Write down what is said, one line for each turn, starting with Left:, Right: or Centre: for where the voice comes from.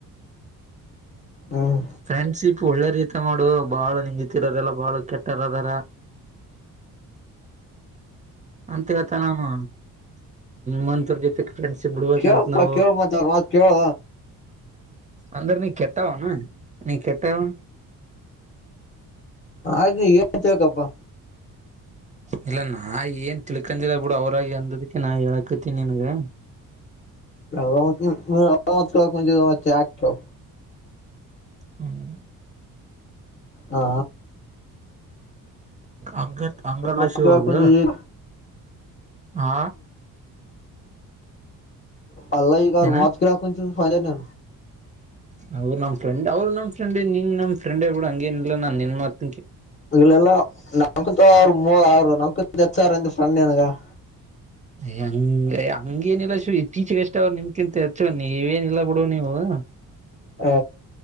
Left: ಹ್ಮ್
Right: ಫ್ರೆಂಡ್ಶಿಪ್ ಒಳ್ಳೆ ರೀತ ಮಾಡೋ ಬಹಳ ನಿತಿರೋದೆಲ್ಲ ಬಾಳ ಕೆಟ್ಟರದಾರ. ಹ್ಮ್. ಅಂತ ಗತ ನಾನು ನಿಂತೂರ್ ಜೊತೆ. ಫ್ರೆಂಡ್ಶಿಪ್ ಬಿಡ್ಬೇಕಂತ
Left: ಕೇಳಪ್ಪ
Right: ನಾವು
Left: ಕೇಳ ಮತ್ ಅವ್ರ ಮಾತ್ ಕೇಳ
Right: ಅಂದರ್ ನೀ ಕೆತಾವ ನ ನೀ ಕೆತ ಹ.
Left: ಹಾಗ ನೀ ಏನ್ಂತಪ್ಪಾ.
Right: ಇಲ್ಲ ನಾ ಏನ್ ತಿಳ್ಕಂದಿಲ್ಲ ಬಿಡು ಅವ್ರಾಗಿ ಅಂದದಕ್ಕೆ ನಾ ಹೇಳಕತೀನಿ ನನ್ಗ. <unintelligible>
Left: ರಮತ್ ಕಕ್ ಚೆ ಆ ಚ <unintelligible>
Right: ಹ್ಮ್.
Left: ಹಾ.
Right: ಅಂಗ ಅಂಗಲ್ಲ
Left: ಮಾತ್
Right: ಶಿವ
Left: ಕೇಳಕ್
Right: ಅದ.
Left: ಮುಂಜ
Right: ಹಾ.
Left: ಅಲ್ಲಾ ಈ ಕಾರ
Right: ಏನ
Left: ಮತ್ ಕ ರಫದನು.
Right: ಅವ್ ನಮ್ಮ ಫ್ರೆಂಡ್ರು ನಮ ಫ್ರೆಂಡ್ ನಿನ್ ನಮ ಫ್ರೆಂಡ್ ಬಿಡ ಹಂಗೇನಿಲ್ಲ ನಾನ್ ನಿನ್ತ್ <unintelligible>
Left: ಇಲ್ಲಾ ನಕಂತ ಅವ ಅವರು ನಕ ಹೆಂತ ಫ್ರೆಂಡ್ ಏನಗ <unintelligible>
Right: ಯ ಹಂಗ ಹಂಗೇನಿಲ್ಲ ಇತ್ತೀಚೆಗೆಗಷ್ಟ ಅವ್ರು ನಿಮ್ಕಿಂತ ಹೆಚ್ಚ ನೀವೇನಿಲ್ಲ ಬಿಡುವ ನೀವು <unintelligible>
Left: ಹ